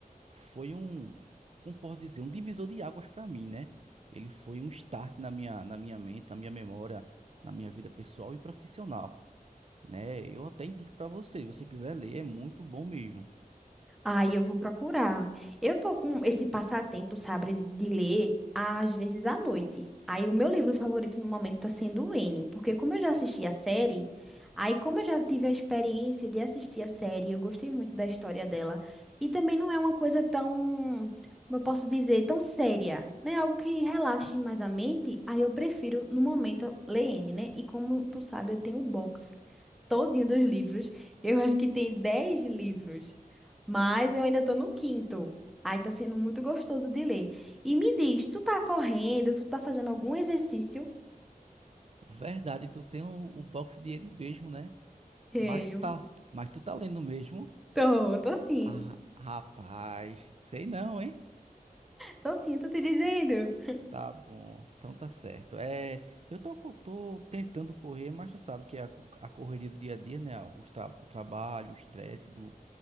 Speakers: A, on the right; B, in the centre.
A: foi um, como posso dizer, um divisor de águas para mim, né? Ele foi um start na minha, na minha mente, na minha memória, na minha vida pessoal e profissional, né? Eu até indico para você, se você quiser ler, é muito bom mesmo.
B: Aí eu vou procurar. Eu tô com esse passatempo, sabe, de ler às vezes à noite. Aí o meu livro favorito no momento tá sendo o N, porque como eu já assisti a série, aí como eu já tive a experiência de assistir a série, eu gostei muito da história dela. E também não é uma coisa tão, como eu posso dizer, tão séria, né? Algo que relaxe mais a mente, aí eu prefiro no momento ler N, né? E como tu sabe, eu tenho o box todinho dos livros. Eu acho que tem 10 livros, mas eu ainda tô no quinto. Aí tá sendo muito gostoso de ler. E me diz, tu tá correndo, tu tá fazendo algum exercício?
A: Verdade, tu tem o, o box de ele mesmo, né?
B: Tenho.
A: Mas tu tá, mas tu tá lendo mesmo?
B: Tô, tô sim.
A: Ah, rapaz, sei não, hein?
B: Tô sim, tô te dizendo.
A: Tá bom, então tá certo. É, eu tô, co- tô tentando correr, mas tu sabe que a, co- a correria do dia a dia, né? Os tra- o trabalho, o estresse do.